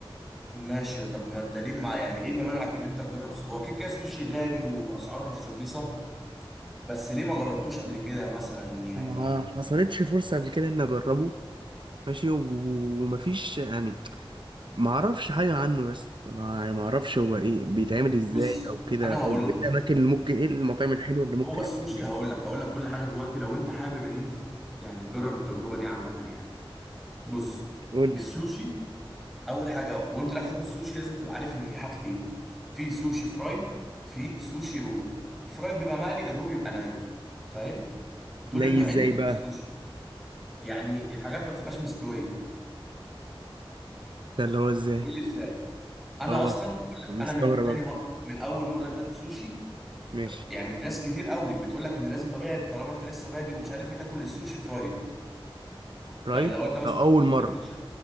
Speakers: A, in the centre; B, on the right.
A: ماشي طب ما انت ليه مع يعني ايه اللي منعك ان انت تجرب سو- هو كده كده سوشي غالي واسعاره مش رخيصه بس ليه ما جربتوش قبل كده مثلا يعني
B: ما حصلتش فرصة قبل كده اني اجربه ماشي و- ومفيش يعني ما اعرفش حاجه عنه بس ما يعني ما اعرفش هو ايه بيتعمل ازاي
A: بص
B: او كده
A: انا
B: او
A: هقول لك
B: ايه الاماكن اللي ممكن ايه المطاعم الحلوه اللي ممكن
A: هو السوشي
B: اكل منها
A: هقول لك هقول لك كل حاجه دلوقتي لو انت حابب ان انت يعني تجرب التجربه دي عامه يعني بص
B: قول لي
A: السوشي اول حاجه وانت رايح تاكل سوشي لازم تبقى عارف ان في حاجتين في سوشي فرايد في سوشي رو الفرايد بيبقى مقلي الرو بيبقى ني فاهم دول
B: ني
A: النوعين
B: ازاي
A: اللي
B: بقى
A: في السوشي يعني الحاجات ما بتبقاش مستويه
B: ده اللي هو ازاي
A: هتقول لي ازاي انا
B: اه
A: اصلا بقول لك
B: مستغرب
A: انا من تاني
B: أهو.
A: مره من اول مره اكلت سوشي
B: ماشي
A: يعني ناس كتير قوي بتقول لك ان لازم طبيعي طالما انت لسه بادئ ومش عارف ايه تاكل السوشي فرايد
B: رايت
A: يعني لو انت مثلا
B: أو اول
A: هتطلب
B: مره
A: 12